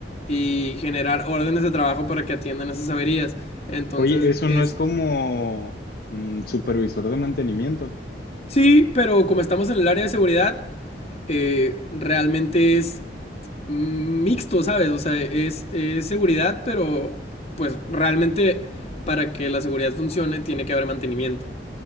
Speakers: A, on the left; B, on the left.
A: y generar órdenes de trabajo para que atiendan esas averías. Entonces
B: Oye, eso
A: es
B: no es como mm, supervisor de mantenimiento.
A: Sí, pero como estamos en el área de seguridad, eh, realmente es mm, mixto, ¿sabes? O sea, es, es seguridad, pero pues realmente para que la seguridad funcione tiene que haber mantenimiento.